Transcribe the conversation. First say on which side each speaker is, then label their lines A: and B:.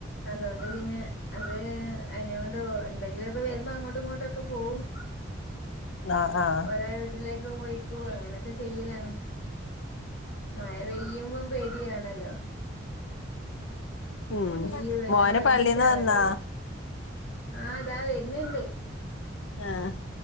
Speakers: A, on the left; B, on the left.
A: അതുകൊണ്ട് പിന്നെ അത് അയിനെകൊണ്ട് എന്തെങ്കിലുമൊക്കെ വരുമ്പോ അങ്ങോട്ടും ഇങ്ങോട്ടുംക്കെ പോവും
B: ആഹ് ആഹ്
A: ഒര വീട്ടിലേക്ക് പോയിക്ക അങ്ങനെയൊക്കെ ചെയ്യലാണ് മഴ പെയ്യുമ്പോം പേടിയാണല്ലോ
B: ഉം
A: ഇടിയോ എല്ലോ
B: മോന്
A: ഒരുമിച്ചാണല്ലോ
B: പള്ളീന്ന് വന്നാ
A: ആ അതാ വരുന്നുണ്ട്
B: ആ